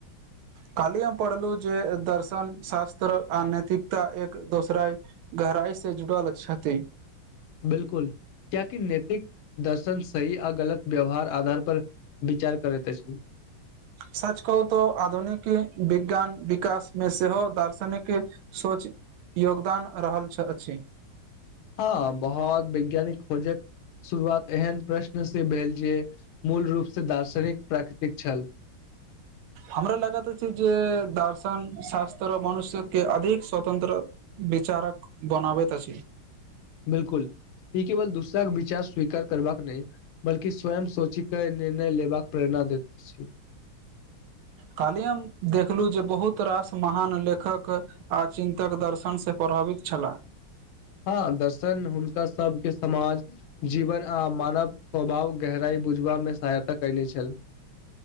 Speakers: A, on the right (about 80°); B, on the left (about 80°).
A: काल्ही हम पढ़लु जे दर्शन शास्त्र आ नैतिकता एक दोसराय गहराइ से जुड़ल छती
B: बिलकुल कियाकि नैतिक दर्शन सही आ गलत व्यवहार आधार पर विचार करैत अछि
A: सच कहू तोऽ आधुनिक विज्ञान विकास मे सेहो दार्शनिक सोच योगदान रहल छ अछि
B: हँ बहुत वैज्ञानिक खोजे शुरुआत एहन प्रश्न से भेल जे मूल रूप से दार्शनिक प्राकृतिक छल
A: हमरा लागत अछि जे दर्शन शास्त्र मनुष्यके अधिक स्वतन्त्र विचारक बनाबैत अछि
B: बिलकुल ई केवल दूसराक विचार स्वीकार करबाक रैह बल्कि स्वयं सोची के निर्णय लेबाक प्रेरणा देैत अछि
A: कल्ही हम देखलहु जे बहुत रास महान लेखक आ चिन्तक दर्शनसे प्रभावित छलाह
B: हँ दर्शन हुनका सबके समाज जीवन आ मानव स्वभाव गहराई बुझबा मे सहायता कयने छल